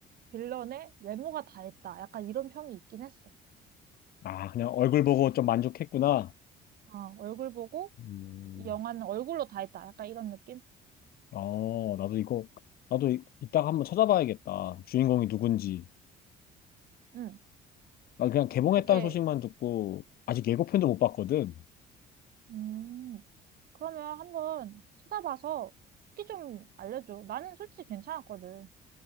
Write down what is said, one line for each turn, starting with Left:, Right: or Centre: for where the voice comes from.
Right: 빌런의 외모가 다 했다. 약간 이런 평이 있긴 했어.
Left: 아, 그냥 얼굴 보고 좀 만족했구나.
Right: 어, 얼굴 보고
Left: 음.
Right: 이 영화는 얼굴로 다 했다. 약간 이런 느낌?
Left: 어, 나도 이거, 나도 이, 이따가 한번 찾아봐야겠다. 주인공이 누군지.
Right: 음,
Left: 나 그냥 개봉했다는
Right: 되게
Left: 소식만 듣고 아직 예고편도 못 봤거든.
Right: 음. 그러면 한번 찾아봐서 후기 좀 알려줘. 나는 솔직히 괜찮았거든.